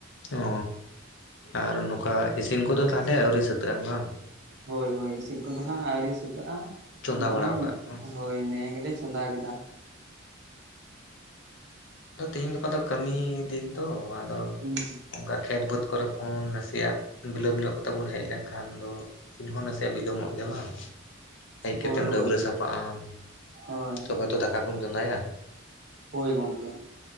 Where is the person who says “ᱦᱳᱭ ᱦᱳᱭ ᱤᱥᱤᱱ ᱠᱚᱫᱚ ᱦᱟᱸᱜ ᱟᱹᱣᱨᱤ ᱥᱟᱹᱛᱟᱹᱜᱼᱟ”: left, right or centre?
Right